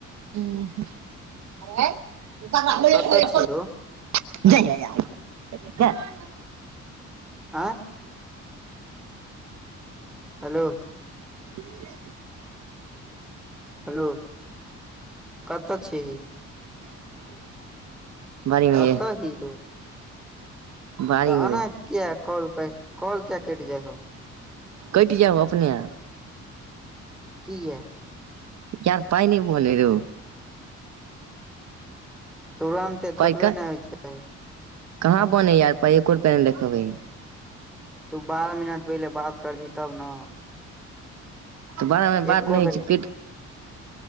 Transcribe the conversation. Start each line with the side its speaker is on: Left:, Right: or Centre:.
Right: <unintelligible>
Centre: कतऽ छी रो
Right: <unintelligible>
Centre: आँ हलो
Right: <inaudible>
Centre: हलो कतऽ छिही
Right: <inaudible>
Centre: कतऽ
Right: ये
Centre: हिरो
Right: बाड़ीमे
Centre: तऽ
Right: रौ
Centre: एना किया कॉल कैट कॉल किया कैट जाय हो
Right: कैट जाए हो अपने आप
Centre: किया
Right: यार पाय नय बहले रो
Centre: तुरन्ते
Right: पाइ
Centre: थोड़बे
Right: क
Centre: नऽ होय छै
Right: कहाँ बनै यऽ यार पाय एको रुपया नय देखेबै है
Centre: तू बारह मिनट पहिले बात करबही तब नऽ
Right: तऽ बारह मिनट
Centre: एको
Right: बात नय होइ
Centre: बेर
Right: छै कैट